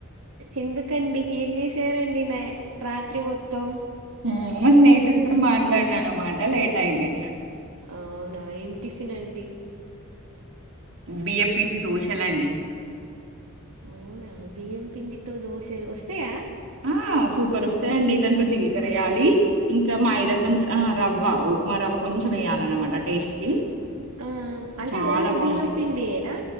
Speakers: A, on the right; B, on the right.
A: ఎందుకండి ఏం చేసారండి నా రాత్రి మొత్తం
B: హ్మ్ మా స్నేహితుడితో మాట్లాడినా అన్నమాట లేట్ అయింది
A: అవునా ఏం టిఫిన్ అండి
B: బియ్యపిండి దోశ లండి
A: అవునా బియ్యం పిండితో దోశలు వస్తాయా
B: ఆ సూపర్ వస్తాయండి దాంట్లో జీలకర్ర వేయాలి ఇంకా మైద కొంచెం రవ్వ ఉప్మా రవ్వ కొంచెం వేయాలన్నమాట టేస్ట్ కి
A: ఆ అంటే
B: చాలా
A: ఓన్లీ
B: బాగుంటాయి
A: బియ్యం పిండి యేనా